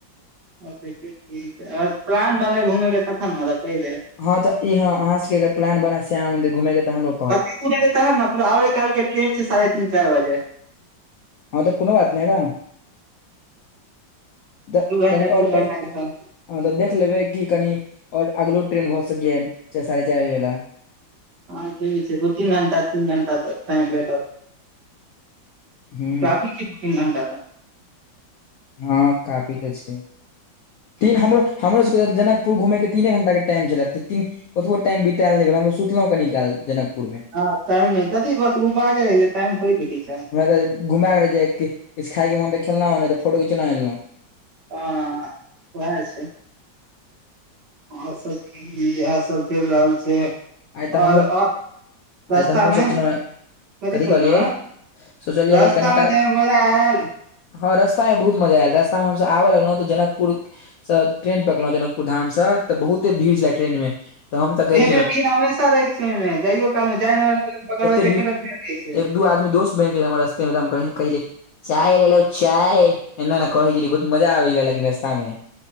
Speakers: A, on the right; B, on the left.
A: आब देखियौ की होय छै अगर प्लान बनलै घुमय के तखन नै त कह दैब।
B: हां तऽ इ हां अहाँ सबके अगर प्लान बनय श्यामा मन्दिर घुमय के तऽ हमरो कहब
A: <unintelligible> दूर हतै तहन नै फेर आबै काल के ट्रेन छै साढ़े तीन-चाएर बजे।
B: हां तै कूनो बात नै न तऽ
A: दू घंटा
B: कनि
A: तीन
B: और
A: घंटा
B: अ
A: के टाइम
B: हां तै देख लेबय की कनी और अगलो ट्रेन भऽ सकय यै साढ़े चाएर बजे बला
A: हां जे भी छै, दु-तीन घंटा, तीन घंटा तक टाइम भेटत।
B: हुँ,
A: काफी छै दु-तीन घंटा तै।
B: हां काफी तऽ छै, तीन हमरो हमरो सके जनकपुर घुमय के तीने घंटा के टाइम छलय त तीन ओतबो टाइम बितैल नै भेलय हम तै सुतलौ कनि काल जनकपुर मे
A: हां टाइम नै कथी बस रूम <unintelligible> रहै छै टाइम थौड़ी भेटय छै।
B: हमरा तै घुमय के रहय छै किछ खाय के मोन त खेलौ नै तै फोटो घीचलो एलौं।
A: हां वहै छै। अहां सब की यैह सब चैल रहल छै।
B: आय तऽ
A: और
B: हम्हु,
A: और रास्ता
B: आय तऽ हम्हु
A: मे
B: सोचलौ हें कथी
A: सोचलहु
B: कहलिए
A: हें
B: सोचलियै
A: रास्ता
B: कि कनि
A: मे
B: काल
A: जाय मे मजा आयल
B: हां रास्ता मे बहुत मजा ऐल रास्ता मे हम सब आबय लागलौ तऽ जनकपुर से ट्रेन पकड़लौ जनकपुर धाम से तऽ बहुते भीड़ छलै ट्रेन मे तऽ हम
A: ट्रेन
B: तऽ कहै
A: मे
B: छलौ
A: भीड़ हमेशा रहय छै ओय मे जाइयो काल मे जयनगर जाकै पकड़बै
B: एते
A: त
B: भीड़
A: एकेटा ट्रेन रहय छै।
B: एक दू आदमी दोस्त बैन गेलय हमर रस्तमे त हम कहीं कहिलिए चाय लै लो चाय, ऐना-ऐना कहय छलिए बहुत मजा आवे रहय लेकिन रस्तामे